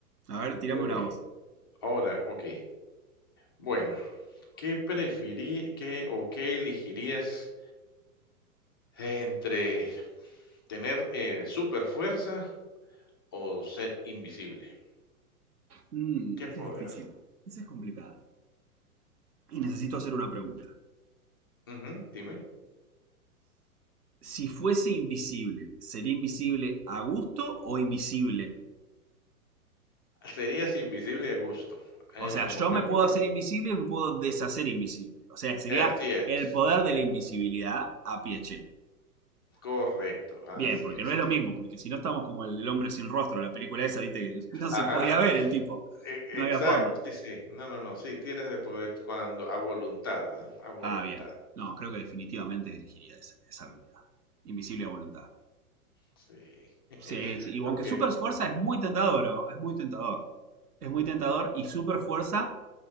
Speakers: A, on the right; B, on the left.
A: A ver, tirame
B: muy
A: una
B: bien.
A: voz.
B: Ahora, ok. Bueno, ¿qué preferí, qué o qué elegirías entre tener super fuerza o ser invisible?
A: Mm,
B: ¿Qué
A: esa
B: poder?
A: es difícil. Esa es complicada. Y necesito hacer una pregunta.
B: Ujú, dime.
A: Si fuese invisible, ¿sería invisible a gusto o invisible?
B: Serías invisible a gusto en
A: O sea,
B: el
A: yo
B: momento
A: me puedo
B: que
A: hacer invisible y me puedo deshacer invisible. O sea, sería
B: eh, así es,
A: el poder de la invisibilidad a Piacere.
B: correcto, así
A: Bien, porque
B: es.
A: no es lo mismo, porque si no estamos como el, el hombre sin rostro, la película esa, viste, que no se
B: Ajá,
A: podía ver el tipo.
B: e
A: No había
B: exacto,
A: forma.
B: sí, sí. No, no, no, sí, tienes el poder cuando a voluntad, ¿verdad? A voluntad,
A: Ah, bien. No, creo que definitivamente elegiría esa, esa habilidad. Invisible a voluntad.
B: sí. <laughs>
A: Sí, sí, y aunque
B: Okey.
A: super fuerza es muy tentador, ¿no? es muy tentador. Es muy tentador y super fuerza